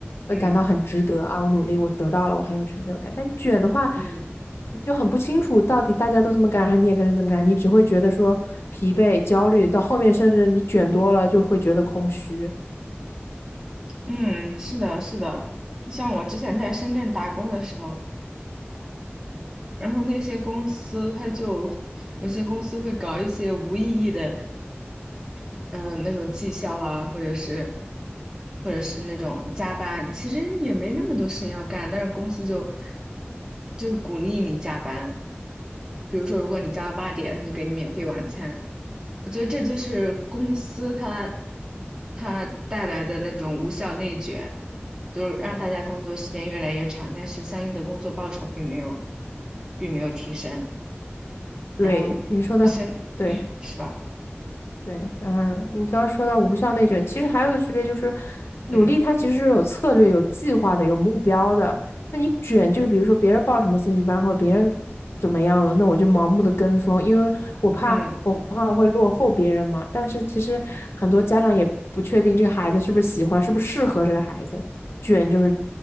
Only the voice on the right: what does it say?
嗯
嗯
嗯，是的，是的。像我之前在深圳打工的时候，然后那些公司它就有些公司会搞一些无意义的。嗯、呃那种绩效啊，或者是或者是那种加班，其实也没那么多事情要干，但是公司就就是鼓励你加班。比如说，如果你加到八点，他就给你免费晚餐。我觉得这就是公司它它带来的那种无效内卷，就是让大家工作时间越来越长，但是相应的工作报酬并没有并没有提升，
然后
升 <coughs> <clears throat> 是吧？
嗯
嗯